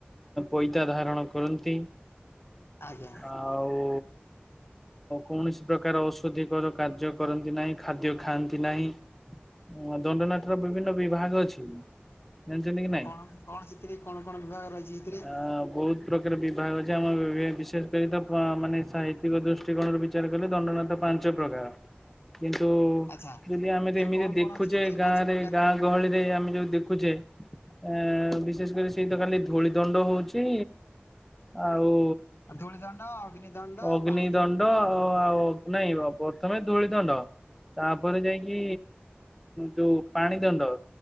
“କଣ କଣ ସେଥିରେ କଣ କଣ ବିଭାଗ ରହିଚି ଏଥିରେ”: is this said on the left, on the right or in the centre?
Left